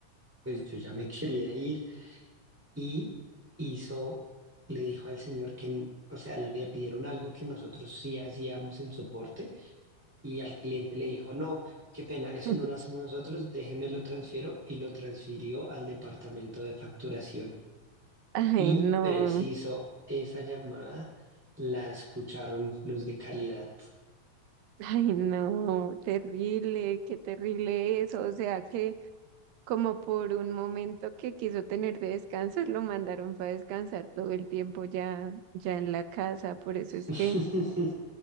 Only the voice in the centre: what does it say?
pues yo ya me <laughs> quería ir. Y hizo, le dijo al señor que, o sea, le pidieron algo que nosotros sí hacíamos en soporte y al cliente le dijo, no, qué pena, eso
no lo hacemos nosotros, déjeme lo transfiero y lo transfirió al departamento de facturación.
Y
preciso, esa llamada la escucharon los de calidad.
<laughs>